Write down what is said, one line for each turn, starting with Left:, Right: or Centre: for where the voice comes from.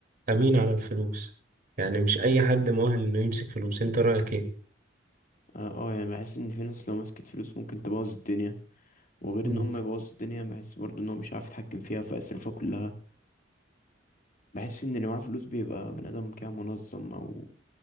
Right: امين على الفلوس يعني مش اي حد مؤهل انه يمسك فلوس انت رأيك ايه
Left: اه آه، يعني بحس ان في ناس لو مسكت فلوس ممكن تبوظ الدنيا وغير
Right: امم
Left: ان هم يبوظوا الدنيا بحس برضه ان هو مش عارف يتحكم فيها فيصرفها كلها بحس ان اللي معاه فلوس بيبقى بني ادم كده منظم او